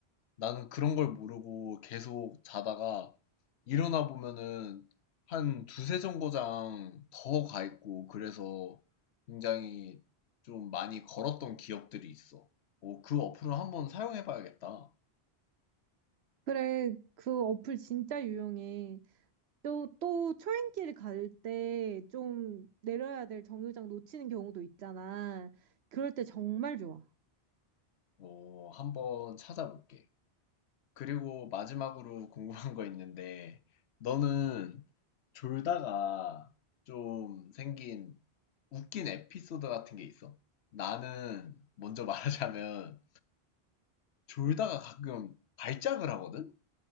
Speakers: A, on the left (about 80°); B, on the right (about 75°).
A: 나는 그런 걸 모르고 계속 자다가 일어나 보면은 한 두세 정거장 더 가 있고 그래서 굉장히 좀 많이 걸었던 기억들이 있어. 어, 그 어플을 한번 사용해 봐야겠다.
B: 그래, 그 어플 진짜 유용해. 또, 또 초행길 갈 때 좀 내려야 될 정류장 놓치는 경우도 있잖아. 그럴 때 정말 좋아.
A: 어, 한번 찾아볼게. 그리고 마지막으로 궁금한 거 있는데 너는 졸다가 좀 생긴 웃긴 에피소드 같은 게 있어? 나는 먼저 말하자면 졸다가 가끔 발작을 하거든?